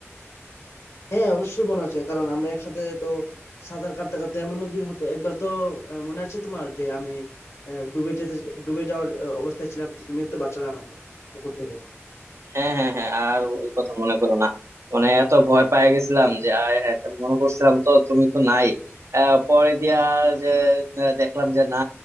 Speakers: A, on the left; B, on the right.
A: হ্যাঁ অবশ্যই মনে আছে কারণ আমরা একসাথে তো সাঁতার কাটতে কাটতে এমন দিন হতো একবার তো আহ, মনে আছে তোমার যে আমি আহ, ডুবে যেতে ডুবে যাওয়ার আহ, অবস্থায় ছিলাম তুমি তো বাঁচালে আমাকে পুকুর থেকে
B: হ্যাঁ হ্যাঁ হ্যাঁ আর ওই কথা মনে করো না মানে এত ভয় পেয়ে গেছিলাম যে আয় হ্যাঁ এটা মনে করছিলাম তো তুমি তো নাই আহ, পরে দিয়া যে আহ, দেখলাম যে না